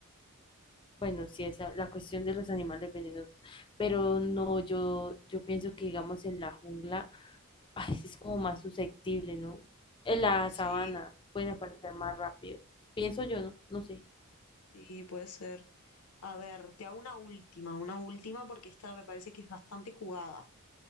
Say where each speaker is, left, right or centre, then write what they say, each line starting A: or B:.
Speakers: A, on the left; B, on the left.
A: Bueno, sí, esa la cuestión de los animales venenosos, pero no, yo, yo pienso que digamos en la jungla, ay, sí es como más susceptible, ¿no? En la
B: Sí,
A: sabana pueden aparecer más rápido. Pienso yo, ¿no? No sé.
B: sí, puede ser. A ver, te hago una última, una última porque esta me parece que es bastante jugada.